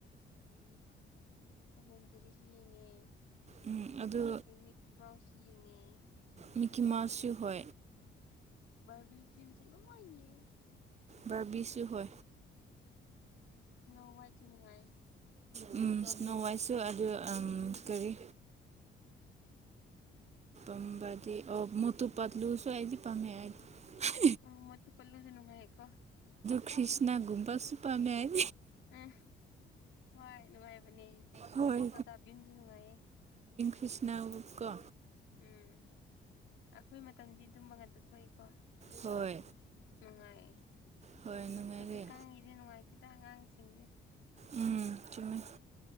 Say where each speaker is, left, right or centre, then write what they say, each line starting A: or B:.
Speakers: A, on the left; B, on the right.
A: ꯃꯟꯖꯔꯤꯁꯤ ꯌꯦꯉꯦ
B: ꯎꯝ ꯑꯗꯨ
A: ꯑꯗꯨꯗꯒꯤ ꯃꯀꯤ ꯃꯥꯎꯁꯤ ꯌꯦꯉꯦ
B: ꯃꯤꯀꯤ ꯃꯥꯁꯤꯁꯨ ꯍ
A: ꯔꯕꯤꯁꯤꯡꯟ ꯆ ꯂꯌꯦ
B: ꯕꯥꯔꯕꯤꯁꯨ ꯍ
A: ꯁꯅꯣꯋꯥꯏ ꯆ ꯅꯨꯅꯨꯡꯉꯥꯏ
B: ꯎꯝ ꯅꯋꯥꯏꯁꯨ ꯑꯗꯨ ꯀꯔꯤ ꯄꯕꯗꯤ ꯑꯣ ꯃꯣꯠꯇꯨ ꯄ ꯂꯨ ꯁ ꯑꯗꯤ ꯄ ꯑ
A: ꯑꯣ ꯃꯠꯇ ꯄꯜꯂꯨꯁꯨꯅꯅꯨꯡꯉꯥꯏꯀꯣ
B: ꯀ꯭ꯔꯤꯁꯅꯒꯨꯝꯕ ꯁꯨꯄ ꯃꯌꯥꯏ
A: ꯎ ꯍꯣꯏ ꯅꯨꯡꯉꯥꯏꯕꯅꯦ
B: ꯍꯣꯏ
A: ꯁꯣꯇꯥꯕꯤꯝꯁꯨ ꯅꯨꯡꯉꯥꯏꯌꯦ
B: ꯀ꯭ꯔꯤꯁꯅ ꯎꯀ
A: ꯎꯝ ꯑꯩꯈꯣꯏ ꯃꯇꯝꯗꯤ ꯑꯗꯨꯝ ꯃ ꯉꯛꯇ ꯊꯣꯛꯏꯀꯣ
B: ꯍꯣꯏ
A: ꯅꯨꯡꯉꯥꯏꯌꯦ
B: ꯍꯣꯏ ꯅꯨꯡꯉꯥꯏꯔꯦ
A: ꯍꯧꯖꯤꯛ ꯀꯥꯡꯒꯤꯗꯤ ꯅꯨꯡꯉꯥꯏꯇꯦꯗ ꯑꯉꯥꯡꯒꯤꯁꯤꯡꯁꯦ
B: ꯎꯝ ꯆꯨꯝꯃꯦ